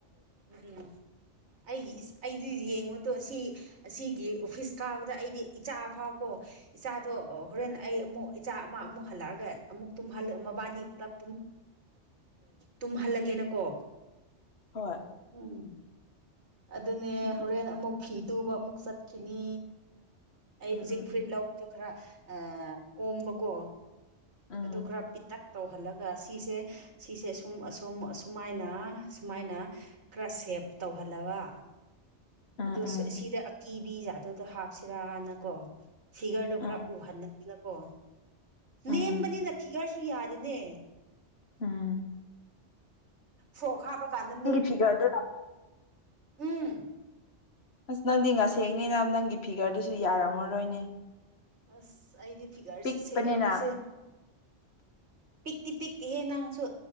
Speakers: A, on the right; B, on the left.
A: ꯎꯝ ꯎꯝ ꯑꯩꯒꯤ ꯑꯩꯗꯤ ꯌꯦꯡꯕꯗꯣ ꯑꯁꯤ ꯑꯁꯤꯒꯤ ꯑꯣꯐꯤꯁ ꯀꯥꯕꯗ ꯑꯩꯗꯤ ꯏꯆꯥ ꯑ ꯐꯥꯎ ꯀꯣ ꯏꯆꯥꯗꯣ ꯍꯣꯔꯦꯟ ꯑꯩ ꯑꯃꯨꯛ ꯏꯆꯥ ꯑꯃ ꯑꯃꯨꯛ ꯇꯨꯝꯍꯜꯂꯛꯑꯒ ꯑꯃꯨꯛ ꯃꯕꯥꯅꯤ ꯄꯨꯂꯞ ꯇꯨꯝꯍꯜꯂꯒꯦꯅꯀꯣ
B: ꯍꯣꯏ
A: ꯎꯝ ꯑꯗꯨꯅꯦ
B: ꯎꯝ
A: ꯍꯣꯔꯦꯟ ꯑꯃꯨꯛ ꯐꯤ ꯇꯨꯕ ꯑꯃꯨꯛ ꯆꯠꯈꯤꯅꯤ ꯑꯩ
B: ꯎꯝ
A: ꯍꯧꯖꯤꯛ
B: ꯎꯝ
A: ꯐꯨꯏꯠ ꯂꯧꯕꯗꯣ ꯈꯔ ꯀꯣꯝꯕꯀꯣ
B: ꯎꯝ
A: ꯑꯗꯨ ꯈꯔ ꯄꯤꯇꯛ ꯇꯧꯍꯜꯂꯒ ꯁꯤꯁꯦ ꯁꯤꯁꯦ ꯁꯨꯝ ꯑꯁꯨꯝ ꯑꯁꯨꯃꯥꯏꯅ ꯁꯨꯃꯥꯏꯅ ꯈꯔ ꯁꯦꯞ ꯇꯧꯍꯜꯂꯕ
B: ꯎꯝ ꯎꯝ
A: ꯑ ꯁꯤꯗ ꯑꯀꯤꯕꯤ ꯖꯥ ꯑꯗꯨꯗ ꯍꯥꯞꯁꯤꯔꯥꯅꯀꯣ ꯁꯤꯒꯔꯗꯣ
B: ꯎꯝ
A: ꯈꯔ ꯎꯍꯟꯟꯅꯗꯦꯅꯀꯣ
B: ꯎꯝ
A: ꯅꯦꯝꯕꯅꯤꯅ ꯐꯤꯒꯔꯁꯨ ꯌꯥꯔꯤꯅꯦ
B: ꯎꯝ
A: ꯐꯣꯛ ꯍꯥꯞꯄꯀꯥꯟꯗꯅꯦ
B: ꯐꯤꯒꯗ
A: ꯎꯝ
B: ꯑꯁ ꯅꯪꯗꯤ ꯉꯁꯦꯡꯅꯤꯅ ꯅꯪꯒꯤ ꯐꯤꯒꯔꯗꯨꯁꯨ ꯌꯥꯔꯝꯃꯔꯣꯏꯅꯦ
A: ꯑꯁ ꯑꯩꯗꯤ ꯐꯤꯒꯔꯁꯦ
B: ꯄꯤꯛꯄꯅꯤꯅ
A: ꯁꯦꯝꯁꯦ ꯄꯤꯛꯇꯤ ꯄꯤꯛꯇꯤꯍꯦ ꯅꯪꯁꯨ